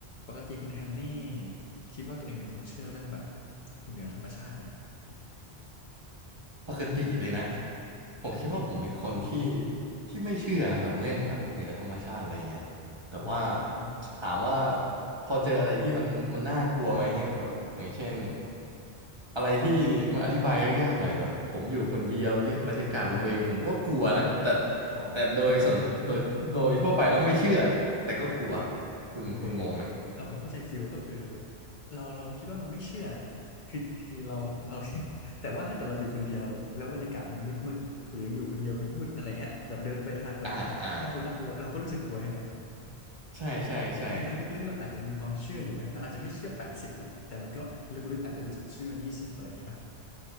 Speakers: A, on the left (about 50°); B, on the right (about 30°).
A: ปกติคุณแฮมนี่คิดว่าตัวเองเป็นคนเชื่อเรื่องแบบเหนือธรรมชาติไหม
B: ปกติเลยนะผมคิดว่าผมเป็นคนที่
A: ปกติอือฮะ
B: ที่ไม่เชื่อนะครับเรื่องแบบเหนือธรรมชาติอะไรเงี้ยแต่ว่า
A: อ่า
B: ถามว่าพอเจออะไรที่มันมันน่ากลัวไหมเงี้ยแบบอย่างเช่นอะไรที่มันอธิบายยากๆหน่อยแบบผมอยู่คนเดียวเงี้ยบรรยากาศวังเวงผมก็กลัวนะแต่
A: อ่าอ่าอาอ๋อ
B: แต่โดยส่วนโดยโดยทั่วไปแล้วไม่เชื่อแต่ก็กลัวคุณคุณงงไหม
A: โอเคโอเคเออผมเข้าใจฟิลก็คือเราเราคิดว่าเราไม่เชื่อแหละคือคือเราเรา <laughs> แต่ว่าถ้าเกิดเราอยู่คนเดียวแล้วบรรยากาศมันมืดมืดหรืออยู่คนเดียวมืดมืดอะไรเงี้ยแบบเดินไปทางแบบน่ากลัวน่ากลัวเราก็รู้สึกกลัวใช่ไหม
B: อ่าอ่าใช่ใช่ใช่
A: อย่างนั้นลึกๆเราอาจจะมีความเชื่ออยู่ไหมเราอาจจะไม่เชื่อแปดสิบแหละแต่มันก็ลึกๆอาจจะรู้สึกเชื่อยี่สิบอะไรอย่างงี้ป่ะ